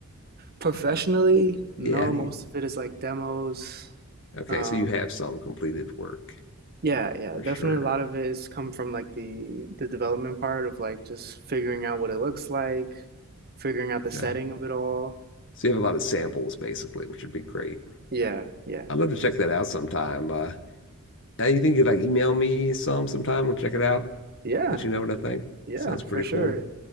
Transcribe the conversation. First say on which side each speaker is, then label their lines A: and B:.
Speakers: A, on the right; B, on the left.
A: professionally,
B: have you,
A: no,
B: yeah, how do
A: most
B: you,
A: of it is like demos.
B: okay,
A: Um,
B: so you have some completed work
A: yeah, yeah,
B: for
A: definitely
B: sure.
A: a lot of it is come from like the the development part of like just figuring out what it looks like, figuring out
B: Okay.
A: the setting of it all.
B: So you have a lot of samples basically, which would be great.
A: Yeah, yeah,
B: I'd love to check that out sometime. Uh, think you would like email me some sometime? We'll check it out.
A: yeah,
B: Let you know what I think.
A: yeah,
B: Sounds
A: for
B: pretty
A: sure.
B: cool.